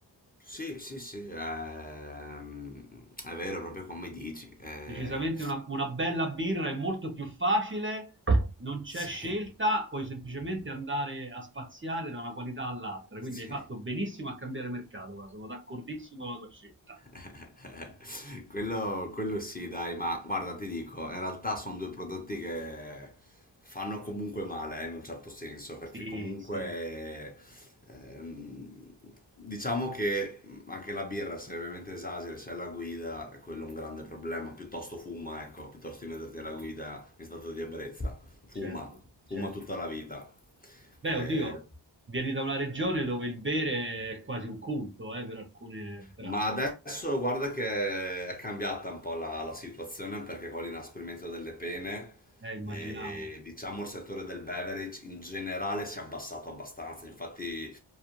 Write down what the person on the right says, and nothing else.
decisamente una, una bella birra è molto più facile, non c'è
scelta,
puoi semplicemente andare a spaziare da una qualità all'altra. Quindi
hai fatto benissimo a cambiare mercato, guarda, sono d'accordissimo con la tua scelta.
<laughs>
Sì,
sì,
certo, certo.
Beh,
oddio, vieni da una regione dove il bere è quasi un culto, eh, per alcune braccia.
Eh, immaginavo.